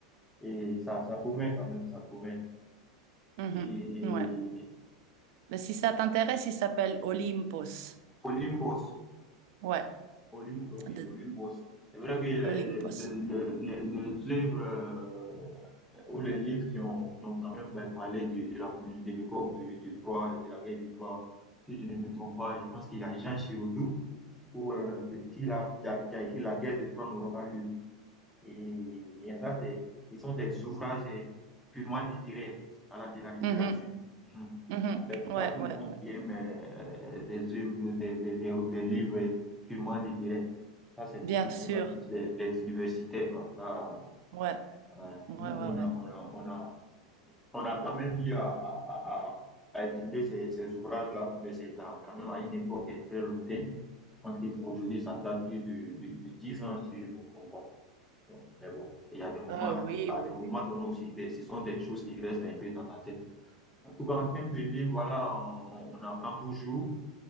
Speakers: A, in the centre; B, on the right (about 60°).
A: et ça, ça promet quand même, ça promet.
B: Mhm,
A: Et
B: ouais. Mais si ça t'intéresse, il s'appelle Olympos.
A: Colimbos,
B: Ouais,
A: Olympe, ok,
B: de
A: Olympe Boss. C'est vrai que les, les,
B: Olympos.
A: les, les, les œuvres euh, ou les livres qui ont, qui ont quand même ben, parlé de, de la, de l'époque de, de Troie, et de la guerre de Troie, si je ne me trompe pas, je pense qu'il y a Jean Giraudoux ou euh, c'est qui là, qui a, qui a écrit La guerre de Troie n'aura pas lieu. Et là, des ils sont des ouvrages eh, purement littéraires, voilà, de la littérature.
B: Mhm,
A: Mhm.
B: mhm.
A: Après, c'est
B: Ouais,
A: pas tout
B: ouais,
A: le monde
B: ouais.
A: qui aime euh, des œuvres, de- des, des- des- des livres eh, purement littéraires. Ça, c'est beaucoup
B: Bien
A: bien
B: sûr.
A: plus les, les universitaires, quoi. Ça,
B: Ouais,
A: voilà.
B: ouais,
A: Nous,
B: ouais,
A: on
B: ouais.
A: a, on a, on a, on a quand même eu à, à- à- à- à étudier ces, ces ouvrages-là, mais c'est dans- quand même à une époque eh, très lointaine. Je pense qu'aujourd'hui, ça date plus de, de, de 10 ans, si je ne me trompe pas. Bon, mais bon, il y a des moments,
B: Ah
A: à
B: oui,
A: des à
B: oui,
A: des moments
B: oui.
A: donnés aussi, c'est- ce sont des choses qui restent un peu dans ta tête. En tout cas, en termes de livres, voilà, on, on- on apprend toujours,